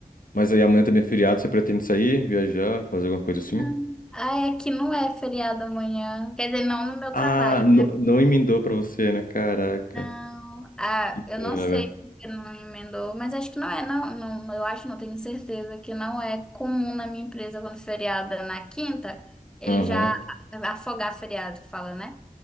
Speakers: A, on the left; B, in the centre.
A: Mas aí amanhã também é feriado, você pretende sair, viajar, fazer alguma coisa assim?
B: Não. Ah, é que não é feriado amanhã. Quer dizer, não no meu
A: Ah,
B: trabalho.
A: no- não emendou pra você, né? Caraca.
B: Não, ah,
A: Que pena,
B: eu não sei
A: velho.
B: porque não emendou, mas acho que não é, não, não, eu acho, não tenho certeza que não é comum na minha empresa quando feriado é na quinta, ele
A: Aham.
B: já afogar feriado, que fala, né?